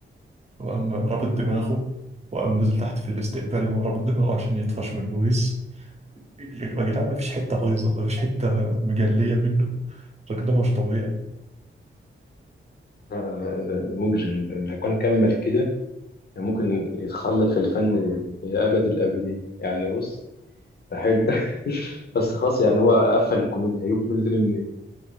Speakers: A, on the right; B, on the left.
A: وقام رابط دماغه وقام نزل تحت في الاستقبال ورابط دماغه عشان يطفش من البوليس يا جدعان ما فيش حته بايظه ما فيش حته مجليه منه الراجل ده مش طبيعي
B: لا، انا أنا مجرم ده لو كان كمل كده كان ممكن يتخلد في الفن لابد الابدين يعني بص ده حلو <laughs> بس خلاص يعني هو قفل الكوميديا هيجيب كوميديا تاني